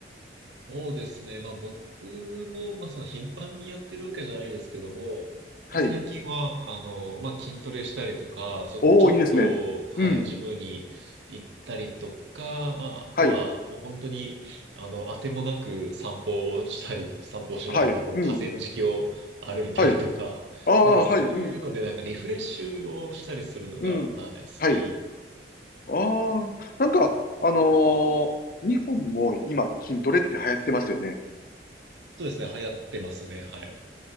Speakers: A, on the right; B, on the left.
A: そうですね。まあ僕も、まあその頻繁にやってるわけじゃないですけども、まあ最近は、
B: はい。
A: あの、まあ筋トレしたりとか、ちょ、
B: おお、
A: ちょっと、
B: いいですね。
A: はい、
B: うん。
A: ジムに行ったりとか、まああとはもう本当に、
B: はい。
A: あの、あてもなく散歩をしたり、散歩をしながらなんかこう河川敷を歩いたりとか、
B: はい。うん。はい。ああ、
A: なんかそういうのでなんかリフレッシュをしたりするのが、
B: はい。うん。うん。
A: はい、好きで。
B: はい。ああ、なんか、あのー日本も今筋トレって流行ってますよね。
A: そうですね。流行ってますね。はい。